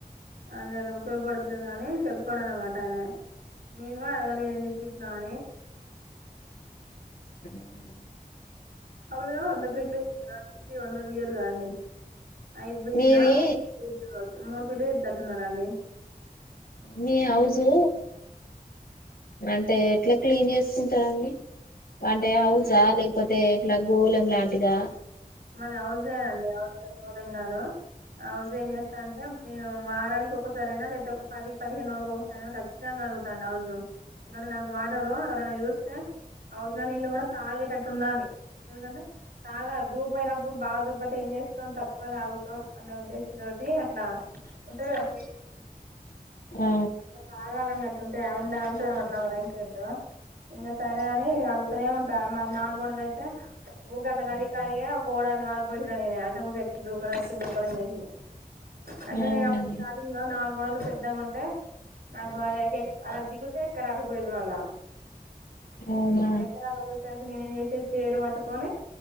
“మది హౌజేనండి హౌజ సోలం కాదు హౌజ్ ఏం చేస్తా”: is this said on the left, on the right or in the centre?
Right